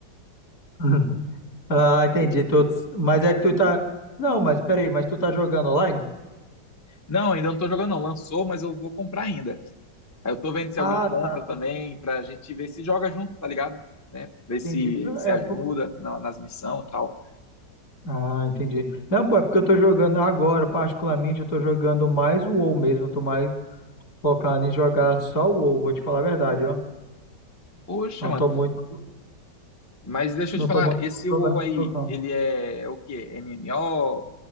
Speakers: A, on the left; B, on the left.
A: <laughs> Ah, entendi. Tô... Mas é que tu tá... Não, mas peraí, mas tu tá jogando online?
B: Não, ainda não tô jogando, não. Lançou, mas eu vou comprar ainda. Aí eu tô vendo se
A: Ah,
B: alguém compra
A: tá.
B: também,
A: tô-
B: pra gente ver se joga junto, tá ligado? Né? Ver se
A: Entendi. Não,
B: se
A: É,
B: ajuda
A: por...
B: na- nas missões e tal.
A: Ah, entendi. Não, pô, é porque eu tô jogando agora, particularmente, eu tô jogando mais o WoW mesmo. Eu tô mais focado em jogar só o WoW, vou te falar a verdade, ó.
B: Poxa,
A: Não
B: mano.
A: tô muito...
B: Mas deixa
A: Não
B: eu te falar,
A: tô muito
B: esse WoW
A: jogando,
B: aí,
A: não.
B: ele é o quê? MMO?